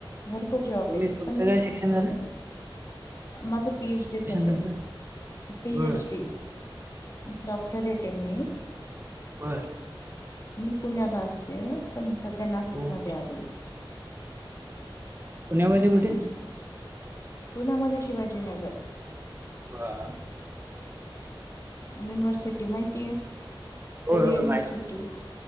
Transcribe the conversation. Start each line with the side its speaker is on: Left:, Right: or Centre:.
Left: भरपूर जॉब
Right: तुम्ही..
Left: आहेत.
Right: तुमचं
Left: पण
Right: काय शिक्षण झालयं.
Left: माझं पी. एच. डी झालं
Right: तुमचं?
Left: आहे. पी.
Right: बर
Left: एच. डी. डॉक्टर रेटमी.
Right: बरं.
Left: मी पुण्याला असते, पण सध्या नाशिक
Right: ओके
Left: मध्ये आली.
Right: पुण्या
Left: हम्म
Right: मध्ये कुठे?
Left: पुण्यामध्ये शिवाजीनगर.
Right: बरं..
Left: युनिव्हर्सिटी माहितीय.
Right: होय
Left: पुणे
Right: होय
Left: युनिवर्सिटी.
Right: माहित